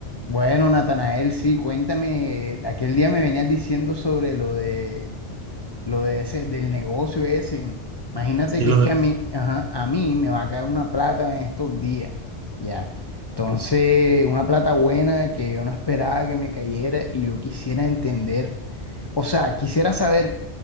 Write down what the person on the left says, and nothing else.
Bueno, Natanael, sí, cuéntame, aquel día me venías diciendo sobre lo de, lo de ese, del negocio ese. Imagínate
que
es
que a mí, ajá, a mí me va a caer una plata en estos días, ya. Entonces, una plata buena que yo no esperaba que me cayera y yo quisiera entender, o sea, quisiera saber